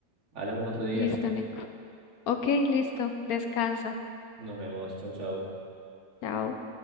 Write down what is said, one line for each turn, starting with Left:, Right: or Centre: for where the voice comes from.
Right: Hablamos otro día.
Left: Listo, Nico. Ok, listo. Descansa.
Right: Nos vemos. Chau, chau.
Left: Chao.